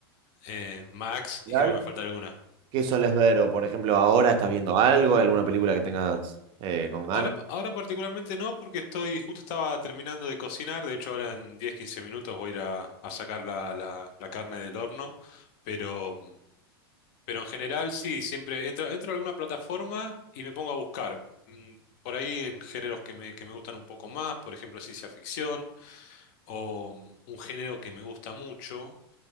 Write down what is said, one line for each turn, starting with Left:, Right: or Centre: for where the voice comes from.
Left: eh, Max,
Right: ¿y
Left: y
Right: algo?
Left: creo que me falta alguna.
Right: ¿qué solés ver? O por ejemplo, ahora estás viendo algo, alguna película que tengas eh, con ganas.
Left: Ahora, ahora particularmente no, porque estoy, justo estaba terminando de cocinar, de hecho ahora en diez, quince minutos voy a ir a, a sacar la, la la carne del horno, pero... Pero en general sí, siempre entro, entro a alguna plataforma y me pongo a buscar. Mm, Por ahí en géneros que me, que me gustan un poco más, por ejemplo ciencia ficción, o mm, un género que me gusta mucho,